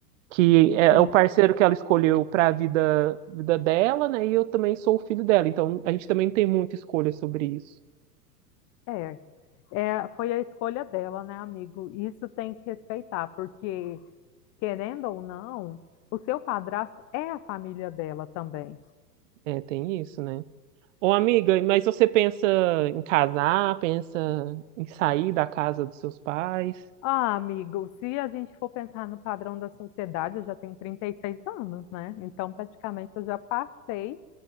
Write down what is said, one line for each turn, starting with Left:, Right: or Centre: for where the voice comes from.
Right: que é
Left: Sim,
Right: o parceiro que ela escolheu para a vida, vida dela, né? E eu também sou o filho dela, então a gente também não tem muita escolha sobre isso.
Left: é. É, foi a escolha dela, né, amigo? Isso tem que respeitar, porque querendo ou não, o seu padrasto é a família dela também.
Right: É. É, tem isso, né? Ô, amiga, mas você pensa em casar, pensa em sair da casa dos seus pais?
Left: Ah, amigo, se a gente for pensar no padrão da sociedade, eu já tenho 36 anos, né? Então, praticamente, eu já passei